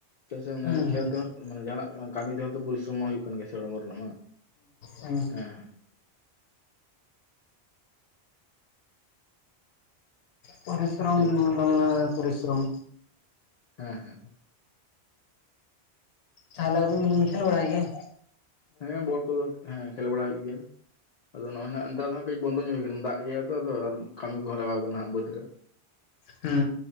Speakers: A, on the left; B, on the left.
A: ᱪᱮᱫᱟᱜ ᱥᱮ ᱢᱟᱱᱮ
B: ᱦᱩᱸ
A: ᱠᱷᱮᱞ ᱛᱮᱦᱚᱸ ᱢᱮ ᱡᱟᱦᱟᱱᱟᱜ ᱠᱟᱹᱢᱤ ᱛᱮᱦᱚᱸ ᱛᱚ ᱯᱚᱨᱤᱥᱨᱚᱢ ᱦᱩᱭᱩᱜ ᱠᱟᱱ ᱜᱮᱭᱟ ᱥᱮ ᱦᱚᱲᱢᱚ ᱨᱮᱱᱟᱜ ᱢᱟ᱾ ᱵᱟᱝ
B: ᱦᱮᱸ
A: ᱦᱮᱸ
B: ᱯᱚᱨᱤᱥᱨᱚᱢ
A: ᱴᱷᱤᱠ
B: ᱫᱚᱢᱮ
A: ᱴᱷᱤᱠ
B: ᱯᱚᱨᱤᱥᱨᱚᱢ
A: ᱦᱮᱸ ᱦᱮᱸ ᱦᱮᱸ
B: ᱛᱟᱦᱚᱞᱮ ᱟᱵᱤᱱ ᱫᱚᱵᱤᱱ ᱠᱷᱮᱞ ᱵᱟᱲᱟᱭ ᱜᱮᱭᱟ?
A: ᱦᱮᱸ ᱵᱚᱞ ᱠᱚᱫᱚ ᱦᱮᱸ ᱠᱷᱮᱞ ᱵᱟᱲᱟ ᱦᱩᱭᱩᱜ ᱜᱮᱭᱟ᱾ ᱟᱫᱚ ᱱᱚᱜᱼᱚᱭ ᱦᱟᱸᱜ ᱱᱮᱛᱟᱨ ᱫᱚ ᱠᱟᱹᱡ ᱵᱚᱱᱫᱚ ᱧᱚᱜ ᱦᱩᱭ ᱟᱠᱟᱱᱟ᱾ ᱫᱟᱜ ᱜᱮ ᱟᱫᱚ, ᱟᱫᱚ ᱟᱨ ᱠᱟᱹᱢᱤ ᱠᱚᱦᱚᱸ ᱞᱟᱜᱟᱣ ᱟᱠᱟᱱᱟ ᱦᱟᱸᱜ ᱵᱟᱹᱫᱽ ᱨᱮ <inaudible>
B: ᱦᱮᱸ